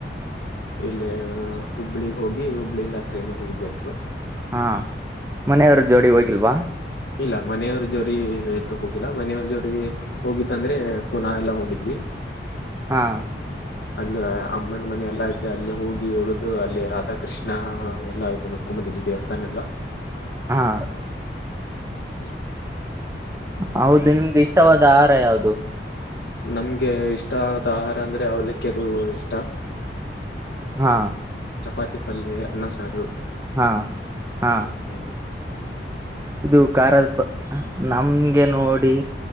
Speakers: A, on the left; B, on the right.
A: ಇಲ್ಲೇ ಹುಬ್ಬಳಿಗೆ ಹೋಗಿ ಹುಬ್ಳಿಯಿಂದ ಟ್ರೈನ್ಿಗೆ ಹೋಗಿದ್ವಿ ಎಲ್ರು
B: ಹಾ ಮನೆಯವ್ರ ಜೋಡಿ ಹೋಗಿಲ್ವಾ
A: ಇಲ್ಲ ಮನೆಯವ್ರ ಜೋರಿ ಎ್ದು ಹೋಗಿಲ್ಲ ಮನೆಯವ್ರ ಜೋರಿ ಹೋಗಿದ್ದಂದ್ರೆ ಪುನಃ ಎಲ್ಲ ಹೋಗಿದ್ವಿ <unintelligible>
B: ಹಾ
A: ಅಲ್ಲ ಅಮ್ಮನ ಮನೆ ಎಲ್ಲಾ ಇದ್ದೆ ಅಲ್ಲಿೇ ಹೋಗಿ ಉಳಿದು ಅಲ್ಲಿ ರಾಧಾಕೃಷ್ಣ ನಾ ಎಲ್ಲಾ ಇದದು ನೋಡ್ಕೊಂಡ ಬಂದಿದ್ದಿ ದೇವಸ್ಥಾನ ಎಲ್ಲ
B: ಹಾ
A: ಹ್ಮ್
B: ಹೌದು ನಿಮಗೆ ಇಷ್ಟವಾದ ಆಹಾರ ಯಾದು
A: ನಮ್ಗೆ ಇಷ್ಟ ಆದ ಆಹಾರ ಅಂದ್ರೆ ಅವಲಿಕ್ಕೆ ಅದು ಇಷ್ಟ
B: ಹಾ
A: ಚಪಾತಿ ಪಲ್ಲೆಯ ಎನ್ನ ಸಾರ
B: ಹಾ ಹಾ
A: ಹ
B: ಇದು ಖಲ್ಪ ನಮ ಹಗೆ ನೋಡಿ